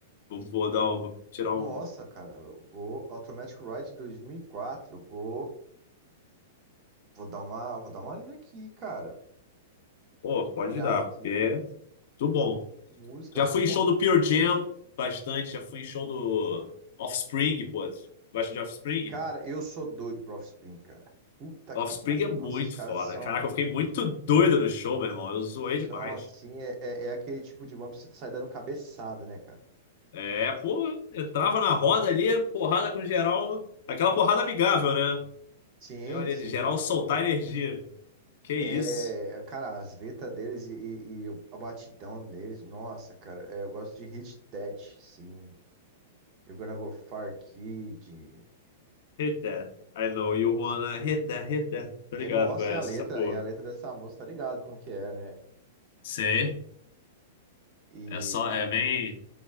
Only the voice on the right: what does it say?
Nossa,
cara, eu vou Automatic Ride 2004. Vou, vou dar uma, vou dar uma lida aqui, cara.
Dá
uma olhada
aqui.
Cinco
músicas
só.
Cara, eu sou doido pro Offspring, cara. Puta
que pariu.
Nossa, os caras
são,
são
assim, é, é, é aquele tipo de banda que você sai dando cabeçada, né, cara?
Sim,
sim.
É, cara, as letras deles e, e- e a batidão deles, nossa, cara, é, eu gosto de Hit That, sim. You're Gonna Go Far Kid.
É,
nossa,
é a letra,
é a letra dessa música, tá ligado como que é, né?
E